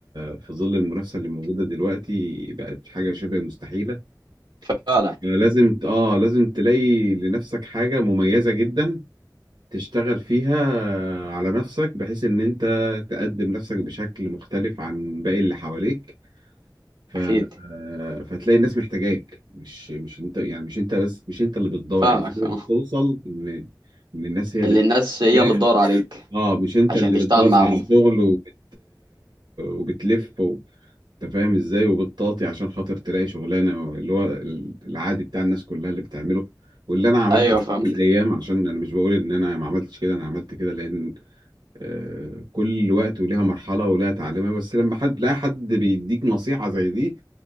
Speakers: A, on the right; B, on the right.
A: في ظل المنافسه اللي موجوده دلوقتي بقت حاجه شبه مستحيله
B: فعلا
A: لازم ت- اه لازم تلاقي لنفسك حاجة مميزة جدا تشتغل فيها على نفسك بحيث ان انت تقدم نفسك بشكل مختلف عن باقي اللي حواليك ف... آه،
B: أكيد
A: فتلاقي الناس محتاجاك مش مش انت يعني مش انت بس مش انت اللي بتدور
B: فاهمك
A: يعني في ناس
B: أه
A: بتوصل ان ان الناس هي اللي
B: اللي الناس هي اللي
A: تحتاجك
B: تدور عليك
A: اه مش انت
B: عشان
A: اللي
B: تشتغل
A: بتدور
B: معاهم
A: على شغل وبت... وبتلف انت فاهم ازاي وبتطاطي عشان خاطر تلاقي شغلانه اللي هو العادي بتاع الناس كلها اللي بتعمله واللي انا عملته
B: أيوه
A: في
B: فاهمك
A: يوم من الايام عشان انا مش بقول ان انا ما عملتش كده انا عملت كده لان آه، كل وقت وليها مرحله وليها تعليمها بس لما حد لا حد بيديك نصيحه زي دي